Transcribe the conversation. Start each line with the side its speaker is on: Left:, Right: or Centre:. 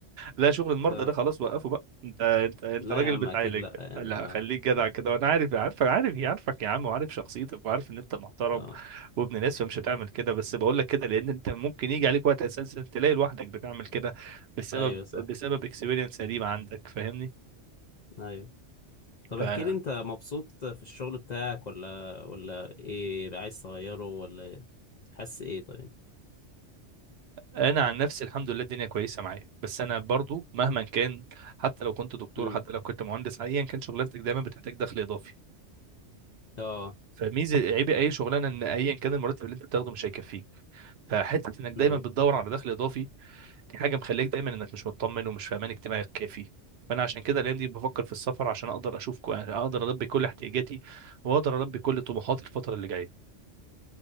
Right: لا شغل المرضى
Left: اه
Right: ده خلاص وقفه بقى انت انت انت
Left: لا
Right: راجل
Left: يا عم
Right: بتعالج
Left: اكيد لا يعني
Right: لا
Left: اه
Right: خليك جدع كده وانا عارف عارفك عارف عارفك يا عم وعارف شخصيتك وعارف ان انت محترم
Left: اه
Right: وابن ناس فمش هتعمل كده بس بقول لك كده لان انت ممكن يجي عليك وقت اساسا تلاقي لوحدك بتعمل كده بسبب
Left: ايوه صح
Right: بسبب اكسبيرينس قديمه عندك فاهمني
Left: ايوه طب
Right: فانا
Left: احكي لي انت مبسوط في الشغل بتاعك ولا ولا ايه عايز تغيره ولا إيه؟ حاسس ايه طيب
Right: عن نفسي الحمد لله الدنيا كويسه معايا بس انا برضو مهما كان حتى لو كنت دكتور
Left: امم
Right: حتى لو كنت مهندس ايا كان شغلانتك دايما بتحتاج دخل اضافي
Left: اه
Right: فميزه عيب اي شغلانه ان ايا كان المرتب اللي انت بتاخده مش هيكفيك فحته انك دايما
Left: ايوه
Right: بتدور على دخل اضافي دي حاجه مخليك دايما انك مش مطمن ومش في امان اجتماعي كافي فانا عشان كده الايام دي بفكر في السفر عشان اقدر اشوف كو- اقدر البي كل احتياجاتي واقدر البي كل طموحاتي الفتره اللي جايه